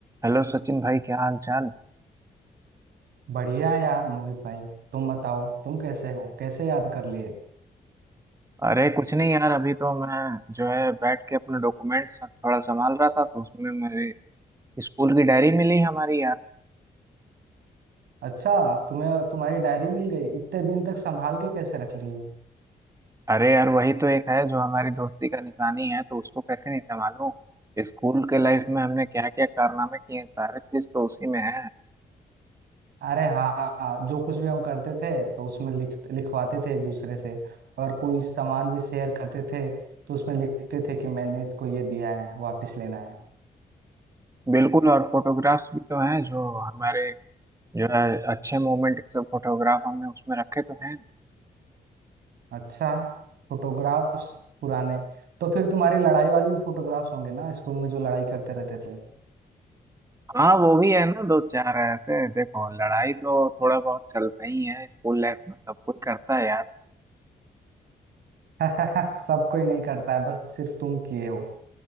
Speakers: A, on the right (about 20°); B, on the right (about 85°).
A: Hello Sachin भाई क्या हाल चाल
B: बढ़िया है यार मोहित भाई तुम बताओ तुम कैसे हो कैसे याद कर लिए
A: अरे कुछ नहीं यार अभी तो मैं जो है बैठ के अपने डॉक्यूमेंट्स थोड़ा संभाल रहा था तो उसमें मेरी स्कूल की डायरी मिली हमारी यार
B: अच्छा तुम्हें तुम्हारी डायरी मिल गई इतने दिन तक संभाल के कैसे रख लिए हो
A: अरे यार वही तो एक है जो हमारी दोस्ती का निशानी है तो उसको कैसे नहीं संभालूं स्कूल के लाइफ में हमने क्या क्या कारनामे किए हैं सारे चीज तो उसी में है
B: अरे हाँ जो कुछ भी हम करते थे तो उसमें लिख लिखवाते थे एक दूसरे से अगर कोई सामान भी शेयर करते थे तो उसमें लिखते थे कि मैंने इसको ये दिया है वापस लेना है
A: बिल्कुल और फोटोग्राफ्स भी तो हैं जो हमारे जो है अच्छे मोमेंट के फोटोग्राफ हमने उसमें रखे तो हैं
B: अच्छा फोटोग्राफ्स पुराने तो फिर तुम्हारी लड़ाई वाली भी फोटोग्राफ्स होंगे ना स्कूल में जो लड़ाई करते रहते थे
A: हाँ वो भी है ना दो चार ऐसे देखो लड़ाई तो थोड़ा बहुत चलता ही है स्कूल लाइफ में सब कोई करता है यार
B: <laughs> सब कोई नहीं करता है बस सिर्फ तुम किए हो